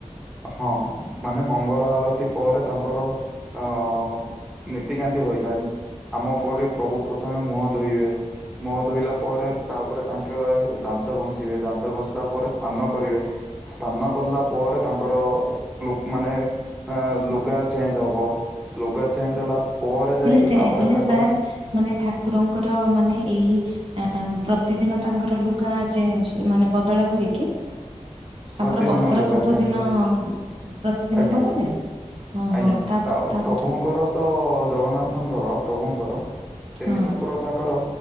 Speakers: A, in the centre; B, on the right (about 50°).
A: ହଁ ମାନେ ମଙ୍ଗଳା ଆଳତି ପରେ ତାଙ୍କର ଅ ନୀତିକାନ୍ତି ହୋଇଥାଏ ଆମ ପରି ପ୍ରଭୁ ପ୍ରଥମେ ମୁହଁ ଧୋଇବେ। ମୁହ ଧୋଇଲା ପରେ ତାପରେ ତାଙ୍କେ ଦାନ୍ତ ଘଷିବେ ଦାନ୍ତ ଘଷିଲା ପରେ ସ୍ନାନ କରିବେ। ସ୍ଥାନ କଲା ପରେ ତାଙ୍କର ଲକ୍ ମାନେ ଲୁଗା ଚେଞ୍ଜ ହେବ ଲୁଗା ଚେଞ୍ଜ ହେଲା ପରେ ଯାଇକି
B: ହେଲେ
A: ତାପରେ
B: ହେଲେ
A: ତାଙ୍କର
B: ସାର୍ ମାନେ ଠାକୁରଙ୍କର ମାନେ ଏଇ ଆ ପ୍ରତିଦିନ ତାଙ୍କର ଲୁଗା ଚେ୍ଞ୍ଜ ମାନେ ବଦଳା ହୁଏ କି? ତାଙ୍କର
A: ପ୍ରତିଦିନ
B: ବସ୍ତ୍ର
A: ଲୁଗା
B: ସବୁଦିନ
A: ଚେଞ୍ଜ ହୁଏ
B: ପ୍ରତିଦିନ
A: ଆଜ୍ଞା
B: ବଦଳେ ହଁ
A: ଆଜ୍ଞା
B: ହଁ ତା ତାପରେ
A: ପ୍ରଭୁଙ୍କର ତ ଜଗନ୍ନାଥଙ୍କର ପ୍ରଭୁଙ୍କର ତିନି
B: ହଁ
A: ଠାକୁର ଯାକର